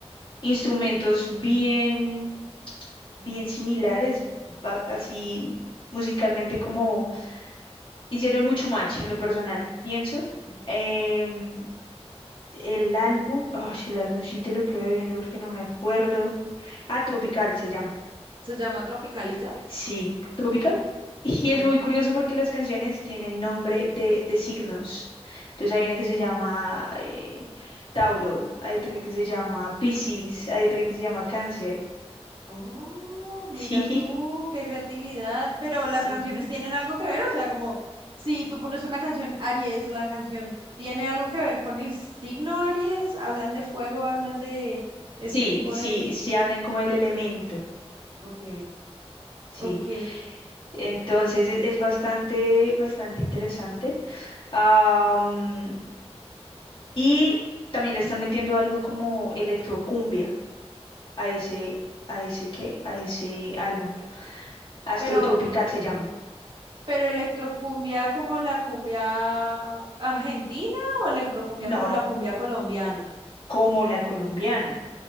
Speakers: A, on the left; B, on the right.
A: instrumentos bien, bien similares, va- así musicalmente como hicieron mucho match en lo personal, pienso.
B: Mm.
A: Em, el álbum, oh, el álbum sí te lo quedo viendo porque no me acuerdo. Ah, Tropical se llama.
B: ¿Se llama Tropicalilla?
A: Sí, Tropical. Y
B: A
A: es
B: ver.
A: muy curioso porque las canciones tienen nombre de, de signos. Entonces hay una que se llama eh, Tauro, hay otra que se llama Piscis, hay otra que se llama Cáncer.
B: Oh, mira
A: Sí,
B: tú, qué creatividad. Pero las
A: <laughs>
B: canciones
A: ujú.
B: tienen algo que ver, o sea, como si tú pones una canción Aries, la canción tiene algo que ver con el signo Aries, hablan de fuego, hablan de este
A: Sí,
B: tipo
A: sí,
B: de...
A: sí hablan como el elemento.
B: Ok,
A: sí.
B: ok.
A: Entonces es, es bastante, bastante interesante. Am, y también le están metiendo algo como electrocumbia a ese, a ese qué, a ese álbum. Astro
B: Pero...
A: Tropical se llama.
B: Pero electrocumbia como la cumbia argentina o electrocumbia como
A: No,
B: la cumbia colombiana.
A: como la colombiana.